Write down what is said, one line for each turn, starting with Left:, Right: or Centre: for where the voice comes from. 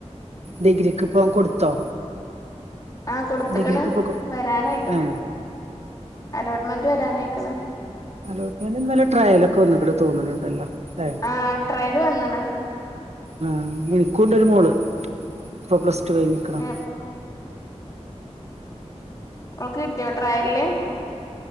Right: ഡിഗ്രക്ക് ഇപ്പ കൊടുത്തോ
Left: ആഹ കൊടുത്തക്കണ്
Right: ഡിഗ്രിക്ക് ഇപ്പൊ
Left: വരാനയിക്കണ്
Right: ഏഹ്
Left: അലോട്ട്മെന്റ് വരാനായി ക്കള
Right: അലോട്ട്മെന്റ്ന്നല്ല ട്രയലൊക്കെ ഒന്നി ഇൂടെ തോന്നുന്നുണ്ടല്ലോ അല്ലേ
Left: ആ ട്രയല് വന്നണ്
Right: ആഹ എനിക്കണ്ടൊരു മോള് ഇൊ പ്ലസ് ഇഷജ നിക്കളണം
Left: ഏഹ് അവക്ക് കിട്ടിയോട്ട്രായല്ലേ